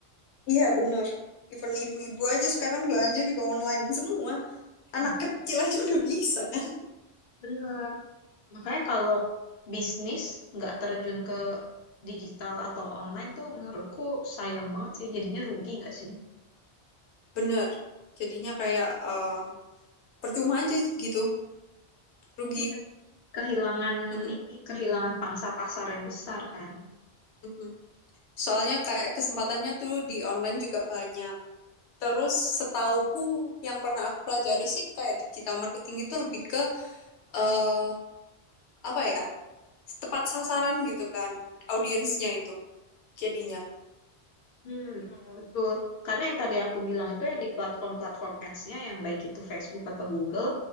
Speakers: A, on the left; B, on the left.
A: iya benar even ibu-ibu aja sekarang belanja juga online semua anak
B: Hmm.
A: kecil aja udah bisa kan
B: Bener. Makanya kalau bisnis nggak terjun ke digital atau online tuh menurutku sayang banget sih. Jadinya rugi nggak sih?
A: benar jadinya kayak eh, Percuma aja gitu, rugi.
B: Iya. Kehilangan
A: Mm-mm,
B: ini, kehilangan pangsa pasar yang besar kan.
A: mm Soalnya kayak kesempatannya tuh di online juga banyak. Terus setauku yang pernah aku pelajari sih kayak digital marketing itu lebih ke eh apa ya? tepat sasaran gitu kan audiensnya itu jadinya.
B: Hmm, hmm, betul. Karena yang tadi aku bilang itu yang di platform-platform ads-nya yang baik itu Facebook atau Google,